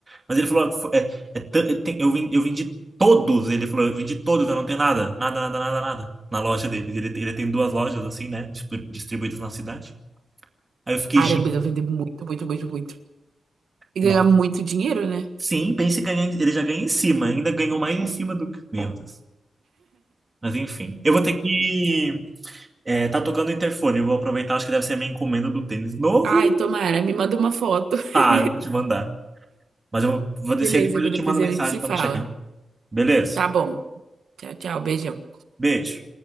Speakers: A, on the right; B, on the right.
A: Mas ele falou, "Fo- é, é tan- é, tem- eu vim- eu vendi todos, ele falou, eu vendi todos, eu não tenho nada, nada, nada, nada, nada na loja dele. Ele, tem- ele tem duas lojas assim, né, distribu- distribuídas na cidade. Aí eu fiquei,
B: Caramba,
A: gente,
B: eu vender muito, muito, muito, muito. E ganhar
A: nossa.
B: muito dinheiro, né?
A: Sim, pense em ganhar, em- ele já ganha em cima, ainda ganhou mais em cima do que, meu Deus. Mas enfim, eu vou ter que É, tá tocando o interfone. Eu vou aproveitar, acho que deve ser a minha encomenda do tênis novo.
B: Ai, tomara, me manda uma foto. <laughs>
A: ah eu vou te mandar. Mas eu vou
B: Beleza,
A: descer depois
B: que
A: eu te
B: depois
A: mando
B: a
A: mensagem
B: gente se
A: quando
B: fala.
A: chegar. Beleza?
B: Tá bom. Tchau, tchau. Beijão.
A: Beijo.